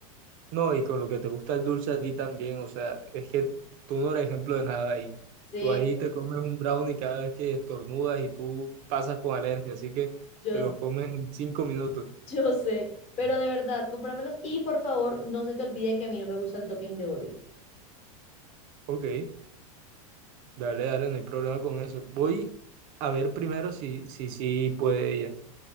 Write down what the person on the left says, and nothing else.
Sí,
yo,
sé,
yo sé, pero de verdad, cómpramelos y por favor, no se te olvide que a mí no me gusta el topping de Oreo.